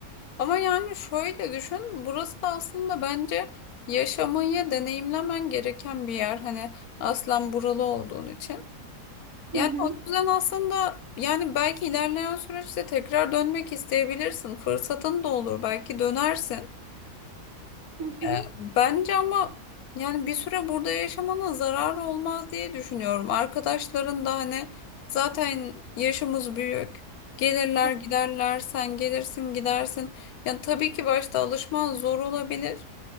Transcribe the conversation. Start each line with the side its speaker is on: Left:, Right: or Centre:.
Left: Ama yani şöyle düşün, burası da aslında bence yaşamayı deneyimlemen gereken bir yer. Hani aslen buralı olduğun için. Yani
Right: Hı hı,
Left: o yüzden aslında yani belki ilerleyen süreçte tekrar dönmek isteyebilirsin. Fırsatın da olur, belki dönersin.
Right: hı hı,
Left: E, Bence ama yani bir süre burada yaşamana zarar olmaz diye düşünüyorum. Arkadaşların da hani zaten yaşımız büyük. Gelirler
Right: E,
Left: giderler, sen gelirsin gidersin. Yani tabii ki başta alışman zor olabilir